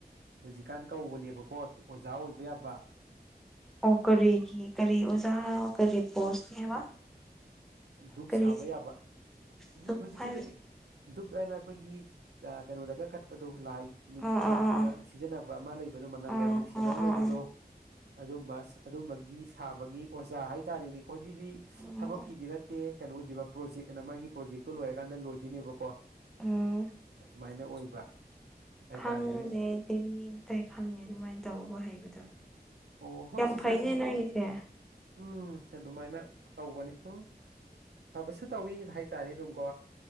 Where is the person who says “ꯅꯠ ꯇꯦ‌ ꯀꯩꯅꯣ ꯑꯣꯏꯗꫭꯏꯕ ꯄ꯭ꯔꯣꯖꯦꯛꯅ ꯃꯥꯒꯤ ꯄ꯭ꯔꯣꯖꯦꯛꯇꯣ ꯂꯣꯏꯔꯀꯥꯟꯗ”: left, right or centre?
Right